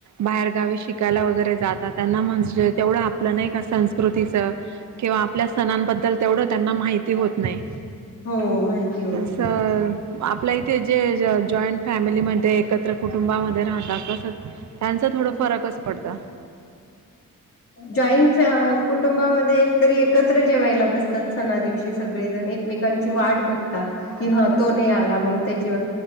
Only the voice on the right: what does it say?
बाहेरगावी शिकायला वगैरे जातात. त्यांना म्हणजे तेवढं आपलं नाही का संस्कृतीचं. किंवा आपल्या सणांबद्दल तेवढं त्यांना माहिती होत नाही.
तस
आपल्या इ थे जे ज जॉईंट फॅमिलीमध्ये. एकत्र कुटुंबामध्ये राहतात तसंच. त्यांचा थोडा फरकच पडता